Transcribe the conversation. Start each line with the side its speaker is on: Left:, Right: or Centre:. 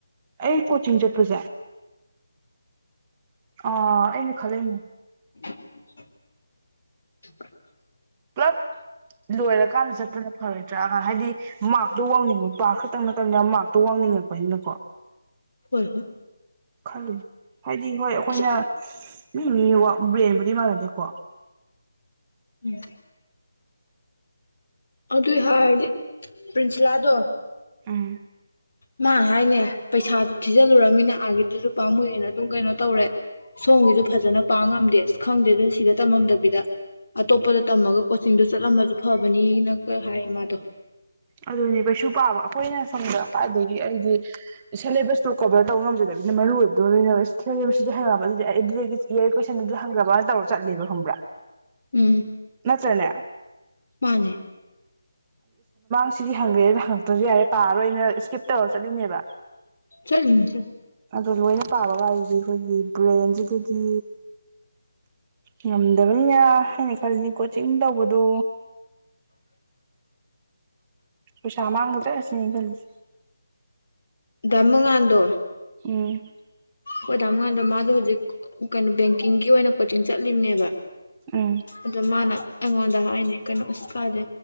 Right: ꯑꯩ ꯀꯣꯆꯤꯡ ꯆꯠꯄꯁꯦ ꯑ ꯑꯩꯅ ꯈꯜꯂꯅꯦ
Left: <unintelligible>
Right: ꯄꯨꯂꯞ ꯂꯣꯏꯔꯀꯥꯟꯗ ꯆꯠꯄꯅ ꯐꯔꯣꯏꯗ꯭ꯔꯥꯒ ꯍꯥꯏꯗꯤ ꯃꯥꯥꯛꯛꯇꯣ ꯋꯥꯡꯅꯤꯡꯕꯄꯥꯥ ꯈ ꯃꯇꯝ ꯃꯇꯝꯗ ꯌꯥꯝ ꯃꯥꯔꯛꯇꯣ ꯋꯥꯡꯅꯤꯡꯉꯛꯄꯁꯤꯅꯀꯣ
Left: ꯍꯣꯏ ꯍꯣꯏ
Right: ꯈꯜꯂꯤ ꯍꯥꯏꯗꯤ ꯍꯣꯏ ꯑꯩꯈꯣꯏꯅ
Left: ꯑꯁ
Right: ꯃꯤ ꯃꯤ ꯕ꯭ꯔꯦꯟꯕꯨꯗꯤ ꯃꯥꯟꯅꯗꯦꯀꯣ
Left: ꯎꯝ ꯑꯗꯨꯏ ꯍꯥꯏꯔꯗꯤ ꯄ꯭ꯔꯤꯟꯁꯤꯂꯥꯗꯣ
Right: ꯎꯝ
Left: ꯃꯥ ꯍꯥꯏꯅꯦ ꯄꯩꯁꯥꯁꯨ ꯊꯤꯖꯤꯜꯂꯨꯔꯃꯤꯅ ꯑꯥꯒꯤꯗꯨꯁꯨ ꯄꯥꯝꯃꯨꯑꯦꯅ ꯑꯗꯨꯝ ꯀꯩꯅꯣ ꯇꯧꯔꯦ ꯁꯣꯝꯒꯤꯁꯨ ꯐꯖꯅ ꯄꯥꯝ ꯉꯝꯗꯦ ꯑꯁ ꯈꯪꯗꯦ ꯑꯗꯨꯅ ꯁꯤꯗ ꯇꯝꯃꯝꯗꯕꯤꯗ ꯑꯇꯣꯞꯄꯗ ꯇꯝꯃꯒ ꯀꯣꯆꯤꯡꯗꯣ ꯆꯠꯂꯝꯃꯁꯨ ꯐꯕꯅꯤꯅ ꯑ ꯍꯃꯗ
Right: ꯑꯗꯨꯅꯦ ꯀꯩꯁꯨ ꯄꯥꯕ ꯑꯩꯈꯣꯏꯅ ꯁꯪꯗ ꯑꯗꯒꯤ ꯑꯩꯗꯤ ꯁꯦꯂꯦꯕꯁꯇꯣ ꯀꯕꯔ ꯇꯧꯕ ꯉꯝꯖꯗꯕꯤꯅ ꯃꯔꯨ ꯑꯣꯏꯕꯣ ꯂꯣꯏꯅ ꯁꯦꯂꯦꯕꯁꯁꯤꯗꯤ ꯍꯩꯉꯛꯑꯕ ꯑꯗꯨꯗꯤ ꯑꯩ ꯑꯗꯨꯗꯒꯤ ꯏꯌꯥꯏ ꯀꯣꯏꯁꯟꯗꯨꯗ ꯍꯪꯗ꯭ꯔꯕꯅ ꯇꯧꯔ ꯆꯠꯂꯦꯕ ꯈꯪꯕ꯭ꯔꯥ
Left: ꯎꯝ
Right: ꯅꯠꯇ꯭ꯔꯅꯦ
Left: ꯃꯥꯅꯦ
Right: ꯁꯤꯗꯤ ꯍꯪꯒꯦꯅ ꯍꯪꯉꯛꯇ꯭ꯔꯁꯨ ꯌꯥꯔꯦ ꯄꯥꯔꯣꯏꯅ ꯏꯁꯀꯤꯞ ꯇꯧꯔ ꯆꯠꯂꯤꯅꯦꯕ
Left: ꯆꯠꯅꯤ ꯆ
Right: ꯑꯗꯣ ꯂꯣꯏꯅ ꯄꯥꯕꯒꯁꯤꯗꯤ ꯑꯩꯈꯣꯏꯒꯤ ꯕ꯭ꯔꯦꯟꯁꯤꯗꯗꯤ ꯉꯝꯗꯕꯅꯤꯅ ꯍꯥꯏꯅ ꯈꯜꯂꯤꯁ ꯀꯣꯆꯤꯡ ꯇꯧꯕꯗꯨ ꯄꯨꯁꯥ ꯃꯥꯡꯒꯗꯁꯤ ꯀꯔꯤꯁꯤ
Left: ꯗ ꯃꯉꯥꯟꯗ
Right: ꯎꯝ
Left: ꯍꯣꯏ ꯇꯥꯝ ꯀꯥꯟꯗ ꯃꯥꯁꯨ ꯍꯧꯖꯤꯛ ꯀꯩꯅꯣ ꯕꯦꯡꯀꯤꯡꯒꯤ ꯑꯣꯏꯅ ꯀꯣꯆꯤꯡ ꯆꯠꯂꯤꯕꯅꯦꯕ
Right: ꯑꯝ
Left: ꯑꯗ ꯃꯥꯅ ꯑꯩꯉꯣꯟꯗ ꯍꯥꯏꯅꯦ ꯀꯩꯅꯣ ꯀꯥꯖꯦ